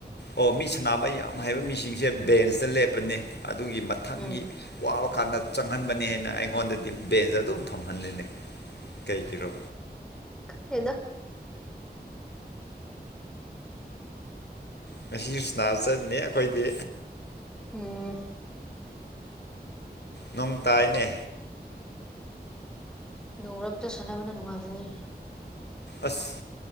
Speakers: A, on the left (about 85°); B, in the centre.
A: ꯑꯣ ꯃꯤ ꯁꯥꯟꯅꯕ ꯌꯥꯝ ꯍꯥꯏꯕ ꯃꯤꯁꯤꯡꯁꯦ ꯕꯦꯟꯁꯇ ꯂꯦꯞꯄꯅꯦ ꯑꯗꯨꯒꯤ ꯃꯊꯪꯒꯤ
B: ꯎꯝ
A: ꯋꯥꯕ ꯀꯥꯟꯗ ꯆꯪꯍꯟꯕꯅꯤ ꯍꯥꯏꯅ ꯑꯩꯉꯣꯟꯗꯗꯤ ꯕꯦꯟꯁꯇ ꯑꯗꯨꯝ ꯊꯝꯍꯜꯂꯤꯅꯦ ꯀꯩꯒꯤꯔꯣ
B: ꯈꯪꯗꯦꯗ
A: ꯉꯁꯤꯁꯨ ꯁꯥꯟꯅꯕ ꯆꯠꯅꯤ ꯑꯈꯣꯏꯗꯤ
B: ꯎꯝ
A: ꯅꯣꯡ ꯇꯥꯏꯌ‌ꯦꯅꯦ
B: ꯅꯣꯡꯔꯛꯇ ꯁꯥꯟꯅꯕꯅ ꯅꯨꯡꯉꯥꯢꯕꯅꯦ
A: ꯑꯁ